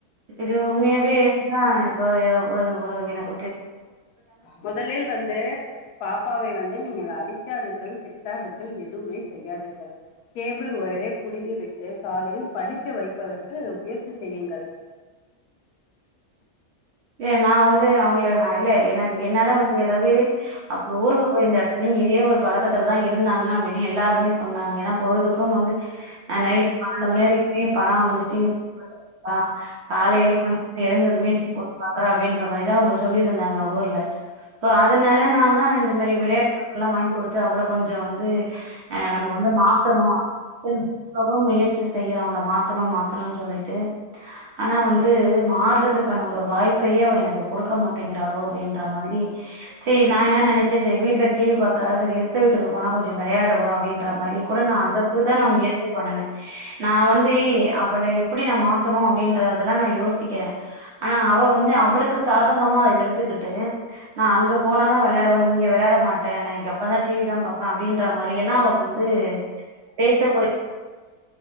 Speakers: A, on the right; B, on the left.
A: இது உண்மையாவே இருந்தா இப்போ ஒரு ஒரு எனக்
B: முதலில் வந்து பாப்பாவை வந்து நீங்கள் அடிக் காதீர்கள் திட்டாதீர்கள் எதுவுமே செய்யாதீர்கள் கேபிள் ஒயரை புடுங்கி விட்டு காலையில் படிக்க வைப்பதற்கு முயற்சி செய்யுங்கள் <inaudible>
A: ஏ நா வந்து அவுங்கள நா இல்ல எனக்கு என்னால வந்து ஏதாவது அவுங்க ஊருக்கு போய் இருந்த இடத்துலயு இதே ஒரு பழக்கத்துல தா இருந்தாங்க அப்டின்னு எல்லாருமே சொன்னாங்க ஏன்னா பொழுதுக்கும் வந்து ஆ நைட் பன்னெண்டு மணி வரைக்கு படோ வந்து டீவி பாத்துட்டு இருக்கா காலேல வந்து எழுந்ததுமே டீவி போட்டு பாக்குறா அப்டின்ற மாரிதா அவுங்க சொல்லிருந்தாங்க ஊர்ல சோ அதனால நா தா நா இந்த மாரி விளையாட்டுப் பொருட்கள் எல்லா வாங்கி கொடுத்து அவள கொஞ்சோ வந்து ஆ நம்ம வந்து மாத்தணு அப்டின்னுட்டு நா எவ்வளவோ முயற்சி செய்யிறே அவள மாத்தணு மாத்தணுன்னு சொல்லீட்டு ஆனா வந்து மாறுறதுக்கான ஒரு வாய்ப் பயே அவ எனக்கு குடுக்க மாட்டேங்கிறாளோ அப்டின்ற மாதிரி சேரி நா என்ன நெனச்சே செரி வீட்ல டீவி பாக் றா செரி எதுத்த வீட்டுக்கு போனா கொஞ்சோ வெளையாடுவா அப்டின்ற மாதிரி கூட நா அதுக்குதா நா முயற்சி பண்ணுனே நா வந்து அவள எப்டி நா மாத்தணு அப்டின்றதெல்லா நா யோசிக்கிறே ஆனா அவ வந்து அவளுக்கு சாதகமா அத எடுத்துக்கிட்டு நா அங்க போனா தா வெளையாடுவே இங்க வெளையாட மாட்டே இங்க ஒக்காந்தா டீவி தா பாப்பே அப்டின்ற மாதிரி எல்லா அவ வந்து பேசக்கூடிய